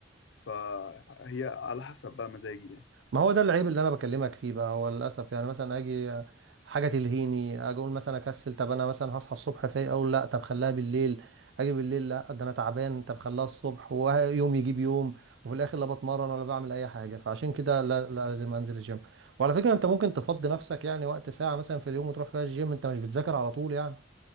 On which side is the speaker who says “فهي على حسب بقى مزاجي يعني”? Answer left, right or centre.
Left